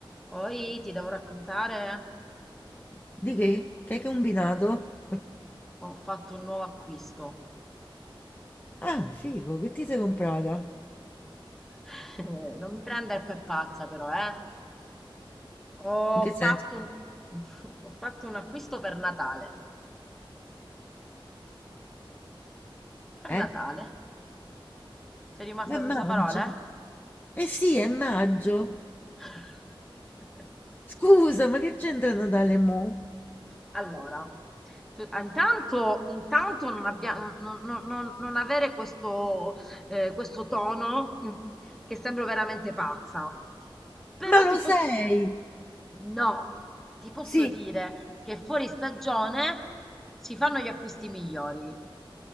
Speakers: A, in the centre; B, on the left.
A: Poi ti devo raccontare,
B: Di che? Che hai combinato?
A: ho fatto un nuovo acquisto.
B: Ah, figo, che ti sei comprata?
A: <laughs> Eh, non mi prendere per pazza però, eh. Ho
B: In che
A: fatto
B: senso?
A: un... <laughs> ho fatto un acquisto per Natale. Per
B: Eh?
A: Natale? Sei rimasta
B: Ma è maggio.
A: senza parole?
B: Eh sì, è maggio.
A: <laughs>
B: Scusa, ma che c'entra Natale mo?
A: Allora, tu- ah, intanto, intanto non, abbia- non- non- non- non avere questo, eh, questo tono mm, che sembro veramente pazza. Però
B: Ma
A: ti
B: lo
A: posso...
B: sei?
A: No, ti posso
B: Sì,
A: dire che fuori stagione si fanno gli acquisti migliori.